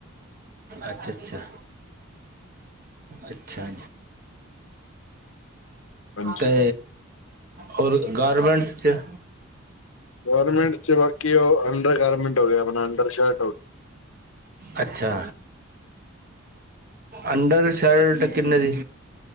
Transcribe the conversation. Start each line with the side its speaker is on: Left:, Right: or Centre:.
Right: ਅੱਛਾ ਅੱਛਾ। ਅੱਛਾ
Left: ਹਾਂਜੀ
Right: ਤੇ ਹੋਰ ਗਾਰਮੈਂਟਸ ਚ
Left: ਗੌਰਮੈਂਟ ਚ ਬਾਂਕੀ ੳ ਅੰਡਰ ਗਾਰਮੈਂਟ ਹੋ ਗਿਆ, ਆਪਣਾਂ ਅੰਡਰ ਸ਼ਰਟ ਗਈ
Right: ਅੱਛਾ। ਅੰਡਰ ਸ਼ਰਟ ਕਿੰਨੇਂ ਦੀ?